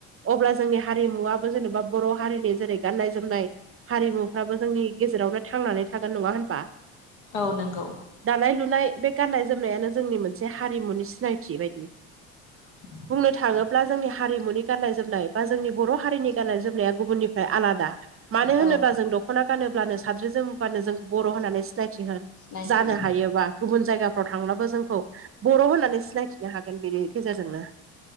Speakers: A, on the right (about 35°); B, on the left (about 80°).
A: अब्ला जोंनि हारिमुवाबो जेनेबा बर' हारिनि जेरै गाननाय जोमनाय हारिमुफ्राबो जोंनि गेजेरावनो थांनानै थागोन नङा होनबा?
B: औ नंगौ।
A: दानाय लुनाय बे गान्नाय जोमनायानो जोंनि मोनसे हारिमुनि सिनायथि बायदि।
B: <inaudible>
A: बुंनो थाङोब्ला जोंनि हारिमुनि गाननाय जोमनाय बा जोंनि बर' हारिनि गाननाय जोमनाया गुबुननिफ्राय आलादा। मानो होनोब्ला
B: औ
A: जों दख'ना गानोब्लानो, साद्रि जोमोब्लानो जोंखौ बर' होननानै सिनायथि होन
B: सिनायथि
A: जानो
B: मोनो
A: हायोबा गुबुन जायगाफ्राव थांब्लाबो जोंखौ बर' होननानै सिनायथिनो हागोन बेनि गेजेरजोंनो।